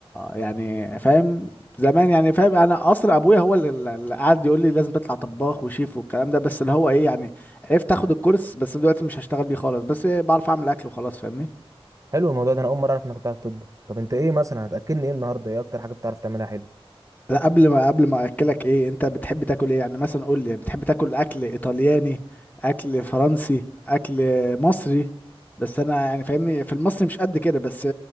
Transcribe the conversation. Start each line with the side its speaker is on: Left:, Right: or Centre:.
Left: يعني فاهم زمان يعني فاهم انا اصلا ابويا هو اللي اللي قعد يقول لي لازم تطلع طباخ وشيف والكلام ده بس اللي هو ايه يعني عرفت اخد الكورس بس دلوقتي مش هشتغل بيه خالص بس بعرف اعمل اكل وخلاص فاهمني
Right: حلو الموضوع ده انا اول مره اعرف انك بتعرف تطبخ طب انت ايه مثلا هتاكلني ايه النهارده ايه اكتر حاجه بتعرف تعملها حلو
Left: لا قبل ما قبل ما اكلك ايه انت بتحب تاكل ايه يعني مثلا قول لي بتحب تاكل اكل ايطالياني اكل فرنسي اكل مصري بس انا يعني فاهمني في المصري مش قد كده بس